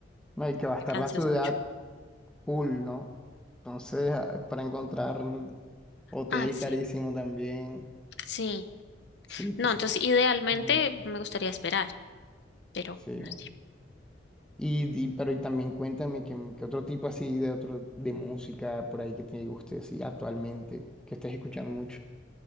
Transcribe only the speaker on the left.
te
cansas
mucho.
Ah, sí,
sí.
No, entonces idealmente
me gustaría esperar, pero
no sé.